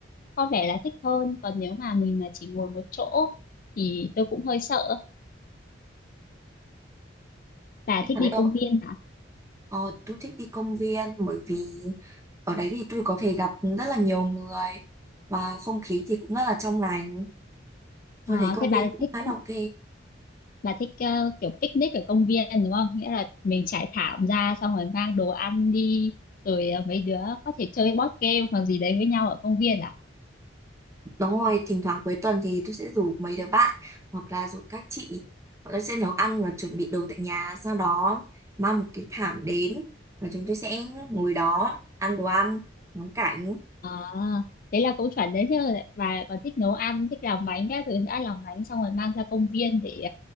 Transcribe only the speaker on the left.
có vẻ là thích hơn còn nếu mà mình mà chỉ ngồi một chỗ thì tôi cũng hơi sợ bà thích
đi
công viên hả
Ờ,
thế bà
thích
bà thích ờ, kiểu picnic ở công viên đúng không nghĩa là mình trải thảm ra xong rồi mang đồ ăn đi rồi ờ, mấy đứa có thể chơi board game hoặc gì đấy với nhau ở công viên à
À, thế là cũng chuẩn đấy chứ và còn thích nấu ăn thích làm bánh các thứ đã làm bánh xong rồi mang ra công viên để